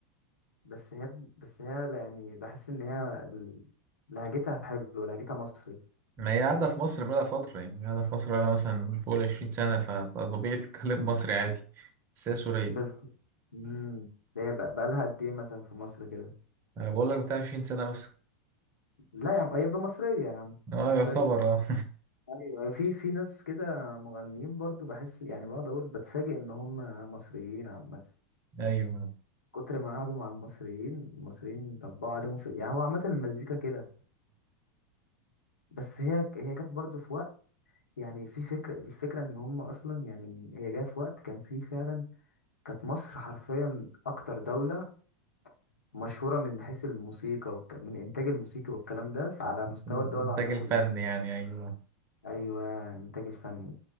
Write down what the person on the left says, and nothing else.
بس هي بس هي يعني بحس ان هي ال- لهجتها حلوه لهجتها مصري
بس امم ده هي بقى لها قد ايه مثلا في مصر كده
لا يا عم هي مصريه يا عم
مصريه
ايوه في في ناس كده مغنيين برضو بحس يعني بقعد اقول بتفاجئ ان هم مصريين عامه
كتر ما قعدوا مع المصريين المصريين طبقوا عليهم في يعني هو عامة المزيكا كده بس هي هي كانت برضه في وقت يعني في فكرة الفكرة ان هم اصلا يعني هي جاية في وقت كان فيه فعلا كانت مصر حرفيا اكتر دولة مشهورة من حيث الموسيقى والك... من انتاج الموسيقى والكلام ده على مستوى
الدول العربية
كلها
ايوه انتاج الفني